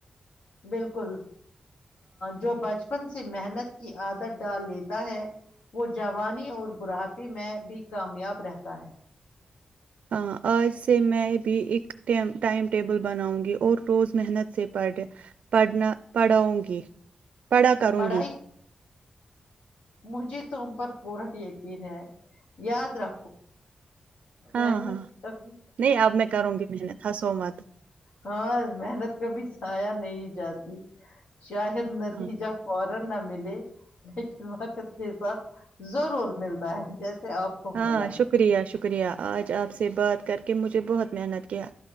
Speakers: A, on the left; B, on the right.
A: بالکل جو بچپن سے محنت کی عادت ڈال لیتا ہے وہ جوانی اور برھاپی میں بھی کامیاب رہتا ہے
B: ہاں آج سے میں بھی ایک ٹی ٹائم ٹیبل بناؤں گی اور روز محنت سے پڑھ پڑھنا پڑھاؤں گی پڑھا کروں
A: پڑھائی
B: گی
A: مجھے توم پر پورا یقین ہے یاد رکھو محنت
B: ہاں ہاں
A: کبی
B: نہیں اب میں کروں گی محنت ہنسو مت
A: ہاں محنت کبھی ایا نہیں جاتی شاید نتیجہ
B: ہاں
A: نہ ملے لیکن وقت کے ساتھ ضرور ملتا ہے جیسے آپ کو
B: ہاں
A: ملا
B: شکریہ شکریہ آج آپ سے بات کر کے مجھے بہت محنت کیا